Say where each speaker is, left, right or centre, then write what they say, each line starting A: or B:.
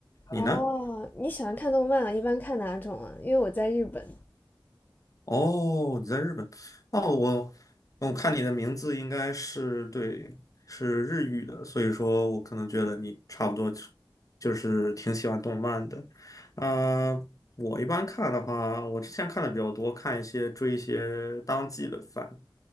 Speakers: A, on the left; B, on the left.
A: 你呢？
B: 哦，你喜欢看动漫啊？一般看哪种啊？因为我在日本。
A: 哦，你在日本？哦，我嗯我看你的名字应该是对，是日语的，所以说我可能觉得你差不多就就是挺喜欢动漫的。啊，我一般看的话，我之前看的比较多，看一些追一些当季的番。